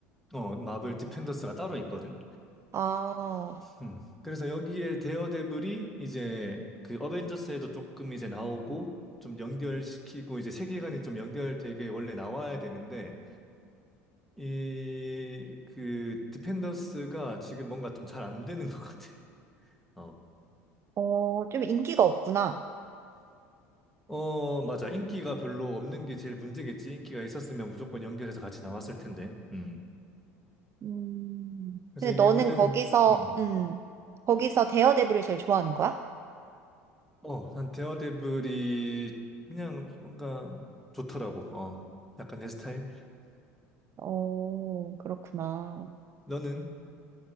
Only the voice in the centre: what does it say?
어, 마블 디펜더스가 따로 있거든.
음. 그래서 여기에 데어데블이 이제 그 어벤져스에도 조금 이제 나오고 좀 연결시키고 이제 세계관이 좀 연결되게 원래 나와야 되는데 이 그 디펜더스가 지금 뭔가 좀 잘 안 되는 것 같아. 어.
어, 맞아. 인기가 별로 없는 게 제일 문제겠지. 인기가 있었으면 무조건 연결해서 같이 나왔을 텐데. 음.
그래서
이게
원래는,
음,
어, 한 데어데블이 그냥 뭔가 좋더라고. 어, 약간 내 스타일.
너는